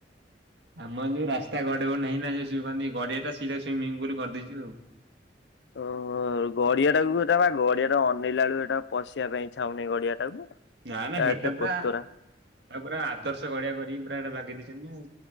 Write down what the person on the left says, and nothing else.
ଓହୋ। ଗଡିଆ ଟାକୁ ଏଟା ବା ଗଡିଆ ର ଅନେଇଲା ବେଳକୁ ବଳୁ ଏଟା ପଶିବା ପାଇଁ ଛାଉନି ଗଡିଆ ଟାକୁ।
ଏରା
ଏତେ
କୋତରା